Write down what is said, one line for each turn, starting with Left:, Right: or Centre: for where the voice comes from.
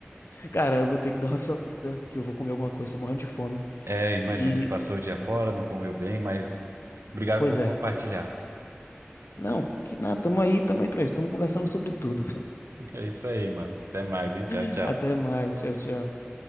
Left: Cara, eu vou ter que dar uma <laughs> saída, que eu vou comer alguma coisa, tô morrendo de fome.
Right: É, imagina,
Left: E,
Right: você passou o dia fora, não comeu bem, mas obrigado
Left: pois
Right: por
Left: é.
Right: compartilhar. <laughs>
Left: Não, que nada, tamo aí, tamo aí pra isso, tamo conversando sobre tudo.
Right: É isso aí, mano. Até mais, hein? Tchau,
Left: <laughs>
Right: tchau.
Left: Até mais, tchau, tchau.